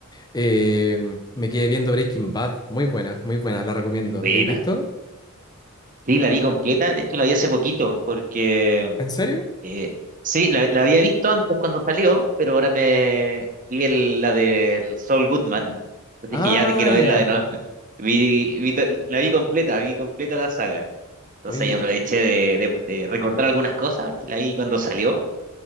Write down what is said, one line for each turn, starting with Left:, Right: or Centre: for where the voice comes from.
Left: Eh, me quedé viendo Breaking Bad, muy buena, muy buena, la recomiendo.
Right: buena.
Left: ¿La habéis visto?
Right: Sí, la vi completa, de hecho la vi hace poquito, porque
Left: ¿En serio?
Right: eh, sí, la, la había visto antes cuando salió, pero ahora me vi el- la del Saul Goodman, entonces dije,
Left: Ah,
Right: ya te quiero
Left: ya.
Right: verla de nuevo. <laughs> Vi, vi to- la vi completa, vi completa la saga, entonces
Left: Oye,
Right: ahí aproveché de, de, de recordar algunas cosas que la vi cuando salió,